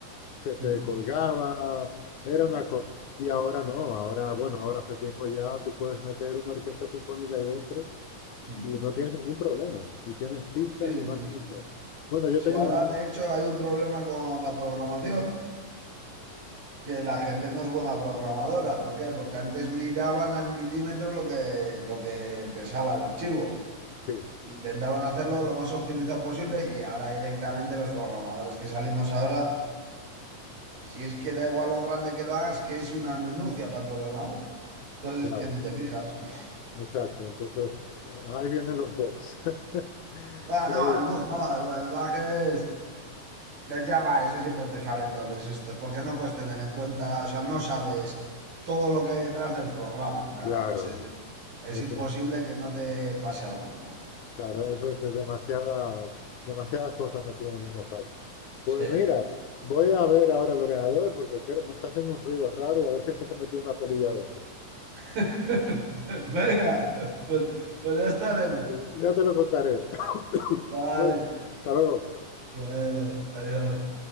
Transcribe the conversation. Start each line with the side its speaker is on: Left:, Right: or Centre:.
Left: se te
Right: mm,
Left: colgaba, era
Right: mm,
Left: una cosa. Y ahora no, ahora, bueno, ahora hace tiempo ya tú puedes meter una orquesta sinfónica ahí dentro
Right: mm.
Left: y no tienes ningún problema. Y tienes pistas
Right: Sí,
Left: y más pistas.
Right: sí.
Left: Bueno, yo
Right: Si
Left: tengo
Right: ahora
Left: un...
Right: de hecho hay un problema con la programación, que la gente no es buena programadora. ¿Por qué? Porque antes miraban al milímetro lo que, lo que pesaba el archivo.
Left: Sí,
Right: Intentaban hacerlo lo más optimizado posible y ahora directamente los programadores que salimos ahora, si es que da igual lo grande que lo hagas, que es una minucia para tu ordenador. Entonces
Left: claro,
Right: es que ni te fijas. <laughs>
Left: exacto. Entonces, ahí vienen los box. <laughs>
Right: Ah,
Left: De
Right: no,
Left: ahí,
Right: el bug no, el, el bug es Los Java, eso siempre te salen todos los estos, porque no puedes tener en cuenta, o sea, no sabes todo lo que hay detrás del programa. claro,
Left: claro,
Right: Entonces, eh, es
Left: ese,
Right: imposible que no te pase alguno.
Left: claro, eso es demasiada, demasiadas cosas metidas en el mismo saco. Pues
Right: Sí,
Left: mira,
Right: sí.
Left: voy a ver ahora el ordenador porque creo- me está haciendo un ruido raro y a ver si es que se metió una polilla adentro.
Right: <laughs> Venga, pues, pues ya estaremos.
Left: Eh, Ya te lo contaré. <coughs>
Right: Vale.
Left: Bueno, hasta luego.
Right: Bueno, adiós.